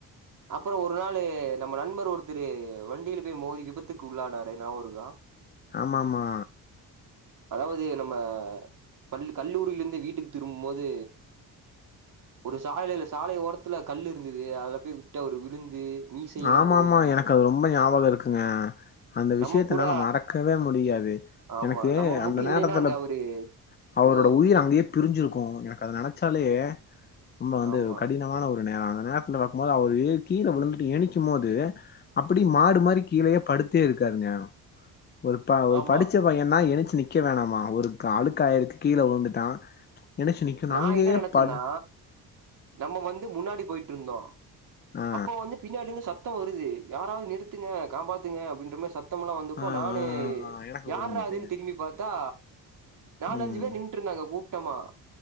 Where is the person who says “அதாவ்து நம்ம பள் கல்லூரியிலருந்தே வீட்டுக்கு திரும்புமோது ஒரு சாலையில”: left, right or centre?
Right